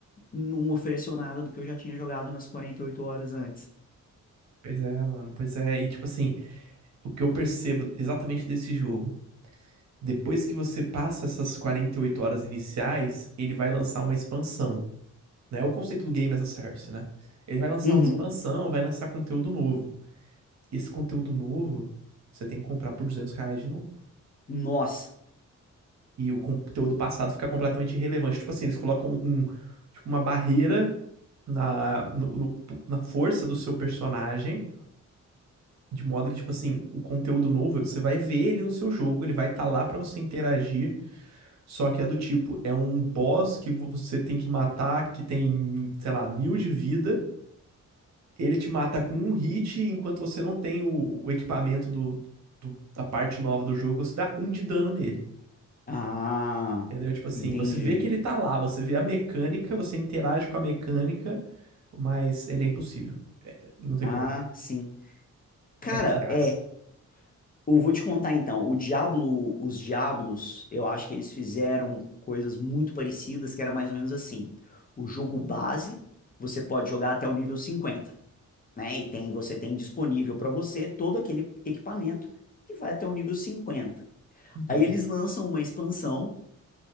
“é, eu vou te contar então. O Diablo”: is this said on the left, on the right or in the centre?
Left